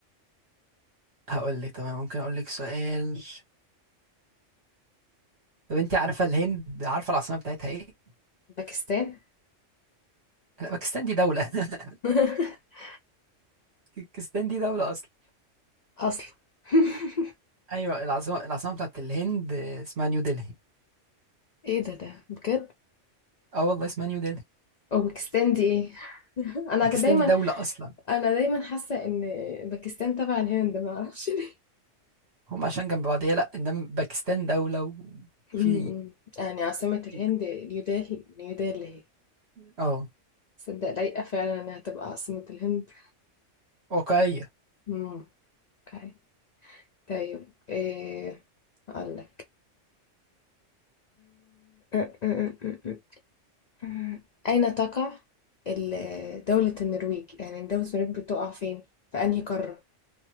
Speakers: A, on the right; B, on the left.
A: هقول لك تمام ممكن اقول لك سؤال طب انت عارفه الهند عارفه العاصمه بتاعتها ايه
B: باكستان
A: لا، باكستان دي دوله <laughs>
B: <laughs>
A: باكستان دي دوله اصلا
B: أصلا <laughs>
A: ايوه العاصمه العاصمه بتاعت الهند اسمها نيو دلهي
B: ايه ده ده بجد
A: اه والله اسمها نيو دلهي
B: اوزبكستان دي ايه <laughs> انا
A: باكستان
B: دايما
A: دي دوله اصلا
B: انا دايما حاسة ان باكستان تبع الهند ما اعرفش ليه
A: هم عشان جنب بعض هي لا انما باكستان دوله وفي
B: <laughs> أمم. إمم. يعني عاصمة
A: في
B: الهند نيودلهي نيودلهي هي
A: اه
B: صدق لايقة فعلا انها تبقى عاصمة الهند
A: واقعيه
B: أمم. اوكي طيب ايه اقول لك <laughs> مم. أين تقع ال- دولة النرويج؟ يعني دولة النرويج بتقع فين؟ في أنهي قارة؟